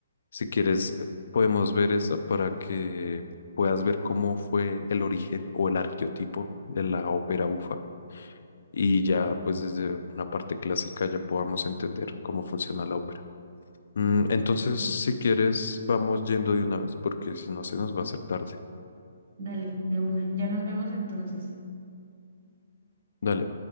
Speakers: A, on the left; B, on the right.
A: si quieres, podemos ver eso para que puedas ver cómo fue el origen o el arqueotipo de la ópera bufa y ya pues desde una parte clásica ya podamos entender cómo funciona la ópera. Mm, Entonces,
B: Claro que
A: si
B: sí.
A: quieres, vamos yendo de una vez porque si no se nos va a hacer tarde.
B: Dale, de una. Ya nos vemos entonces.
A: Dale.